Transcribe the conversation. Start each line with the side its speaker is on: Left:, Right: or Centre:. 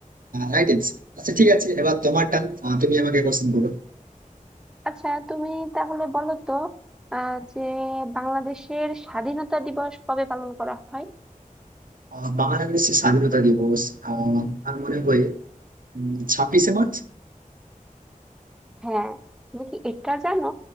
Right: Right answer. আচ্ছা ঠিক আছে এবার তোমার টান তুমি আমাকে কোশ্চেন করো
Centre: আচ্ছা তুমি তাহলে বলো তো আহ, যে বাংলাদেশের স্বাধীনতা দিবস কবে পালন করা হয়
Right: আহ, বাংলাদেশের স্বাধীনতা দিবস আহ, আমার মনে হয় ছাব্বিশে মার্চ
Centre: হ্যাঁ তুমি কি এটা জানো